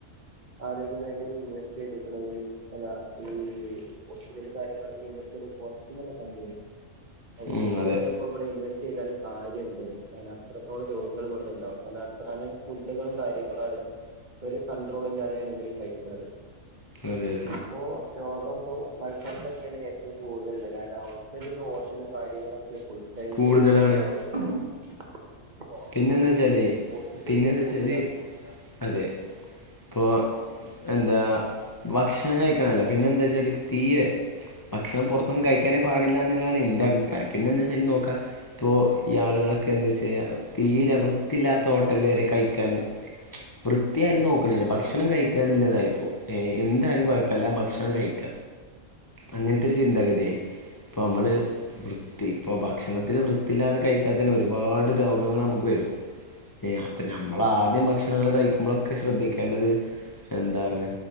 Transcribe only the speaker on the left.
ഉം,
അതെ
അതെ അതെ
കൂടുതലാണ്
പിന്നെന്താ വെച്ചാല്
പിന്നെന്താ വെച്ചാല്
അതെ ഇപ്പോൾ എന്താ ഭക്ഷണം കഴിക്കണംല്ല പിന്നെ എന്താ വെച്ചാല് തീരെ ഭക്ഷണം പുറത്തൊന്നും കഴിക്കാനേ പാടില്ല എന്നതാണ് എന്റെ അഭിപ്രായം പിന്നെ എന്താ വെച്ചാൽ നോക്കാം ഇപ്പൊ ഈ ആളുകളൊക്കെ എന്താ വെച്ച തീരെ വൃത്തിയില്ലാത്ത ഹോട്ടല് വരെ കഴിക്കാണ് വൃത്തിയാരും നോക്കണില്ല ഭക്ഷണം
കഴിക്കാന്നുള്ളതായിപ്പോ ഏ എന്തായാലും കുഴപ്പില്ല ഭക്ഷണം കഴിക്ക അങ്ങനത്തെ ഒരു ചിന്താഗതിയായി ഇപ്പോൾ നമ്മള് വൃത്തി ഇപ്പോൾ ഭക്ഷണത്തിൽ വൃത്തിയില്ലാതെ കഴിച്ചാൽ തന്നെ ഒരുപാട് രോഗ ങ്ങൾ നമുക്ക് വരും അപ്പൊ നമ്മൾ ആദ്യം ഭക്ഷണങ്ങൾ കഴിക്കുമ്പോഴൊക്കെ ശ്രദ്ധിക്കേണ്ടത് എന്താണ്